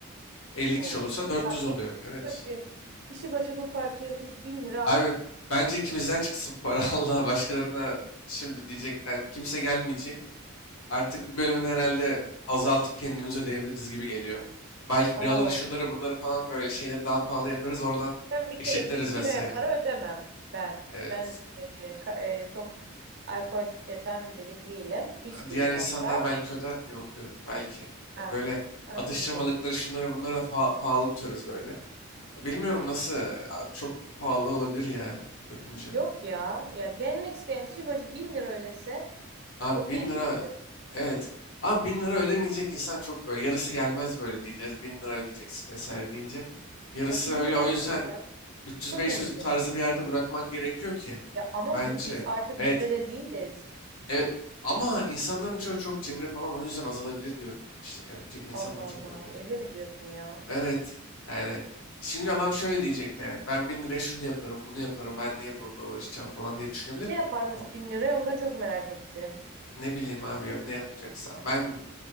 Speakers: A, on the left; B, on the right.
A: 50
B: Oo.
A: kişi olursa 400
B: Ya
A: oluyor.
B: git kişi
A: Evet.
B: başı kişi başı bu partiye biz 1000 lira.
A: Abi bence ikimizden çıksın para <laughs> Allah başkalarına şimdi diyecekler kimse gelmeyecek. Artık bu bölümünü herhalde azaltıp kendimiz ödeyebiliriz gibi geliyor. Belki
B: Oo.
A: biraları şunları bunları falan böyle şeyleri daha pahalı yaparız oradan
B: Ben bir
A: eşitleriz
B: kere bir
A: vesaire.
B: bir aya para ödemem ben.
A: Ee,
B: Ben e, ka- e, çok alkol tüketen biri değilim. Hiç
A: diğer
B: değilim
A: insanlar
B: hatta.
A: belki öder diye onu diyorum. Belki
B: Ha,
A: böyle
B: anladım.
A: atıştırmalıkları şunlara bunlara fa- pahalı tutarız böyle. Bilmiyorum nasıl e, abi çok pahalı olabilir ya bakınca.
B: Yok ya. Ya gelmek isteyen kişi başı bin lira ödese
A: Abi
B: okey
A: bin lira
B: değil midir?
A: evet. Abi bin lira ödemeyecek insan çok böyle yarısı gelmez böyle diyeceğiz. Bin lira ödeyeceksin vesaire deyince. Yarısı
B: Ya bin
A: öyle
B: lira
A: o yüzden
B: nedir ya?
A: 300-500
B: Çok mu bin
A: tarzı
B: lira?
A: bir yerde bırakmak gerekiyor ki
B: Ya ama
A: bence.
B: bi- biz artık
A: Evet
B: lisede değiliz.
A: evet ama insanların çoğu çok cimri falan o yüzden azalabilir diyorum. İşte gelmeyecek insanlar
B: Allah
A: çok
B: Allah.
A: olabilir.
B: Öyle mi diyorsun ya?
A: Evet. Yani şimdi adam şöyle diyecek yani ben bin liraya şunu yaparım bunu yaparım ben niye burada uğraşacağım falan diye düşünebilir.
B: Ne yaparmış
A: O,
B: bin liraya onu da çok merak ettim.
A: ne bileyim abi ya, ne yapacaksa. Ben